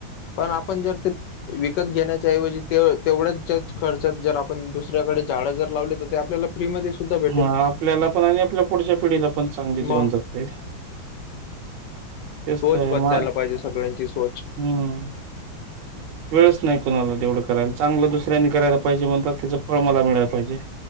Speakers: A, on the left (about 75°); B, on the right (about 70°).
A: पण आपण जर ते विकत घेण्याच्याऐवजी ते तेवढ्याच खर्च जर आपण दुसऱ्याकडे झाड जर लावले तर ते आपल्याला फ्रीमध्ये सुद्धा भेटेल
B: हा आपल्याला पण आणि आपल्या पुढच्या पिढीला प पण चांगले जीवन
A: मग
B: जगता येईल. <unintelligible> तेचत
A: सोच
B: आहे
A: बदलायला
B: म,
A: पाहिजे सगळ्यांची सोच.
B: हम्म वेळच नाही कोणाला तेवढ करायला चांगल दुसऱ्यांनी करायला पाहिजे म्हणतात त्याचं फळ मला मिळायला पाहिजे.